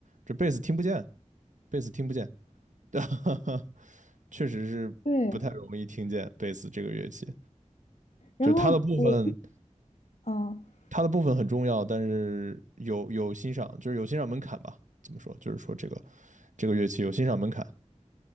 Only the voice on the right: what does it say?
这贝斯听不见，贝斯听不见。<laughs> 哈哈。确实是不太容易听见贝斯这个乐器，
就是它的部分，
它的部分很重要，但是有有欣赏，就是有欣赏门槛吧。怎么说？就是说这个这个乐器有欣赏门槛，